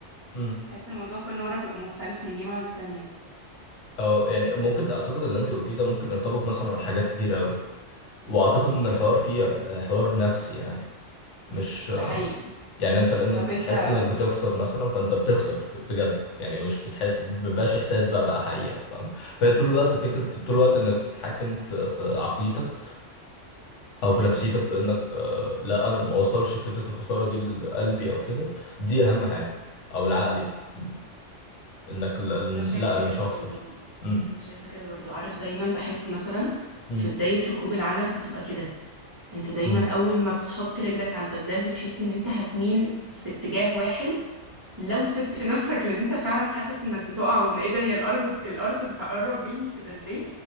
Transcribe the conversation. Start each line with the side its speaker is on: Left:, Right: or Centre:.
Left: إمم.
Right: بحس ان الموضوع كل مرة بيبقى مختلف من جيم عن التانية
Left: او يعني ممكن اعتقد اللي انت قلتيه ده ممكن ينطبق مثلا على حاجات كتير قوي واعتقد ان الحوار فيه آه، حوار نفسي يعني مش آه،
Right: ده حقيقي
Left: يعني انت لانك
Right: طب
Left: بتحس
Right: انت
Left: انك بتخسر مثلا فانت بتخسر بجد يعني مش بتحس مبيبقاش احساس بقى بقى حقيقه فاهم فهي طول الوقت فكره طول الوقت انك بتتحكم في في عقليتك او في نفسيتك في انك آه، لا انا ما اوصلش فكره الخساره دي لقلبي او كده دي اهم حاجه او العقلي في- م- انك لا
Right: انا شايفة
Left: لا، انا
Right: كده
Left: مش
Right: برضو
Left: هخسر مم،
Right: انا شايفة كده برضو عارف دايما بحس مثلا
Left: مم،
Right: في بداية ركوب العجل بتبقى كده انت دايما
Left: مم.
Right: اول ما بتحط رجلك على البدال بتحس ان انت هتميل في اتجاه واحد لو سبت نفسك لان انت فعلا حاسس انك بتقع وان ايه ده هي الارض الارض بتقرب مني كده ليه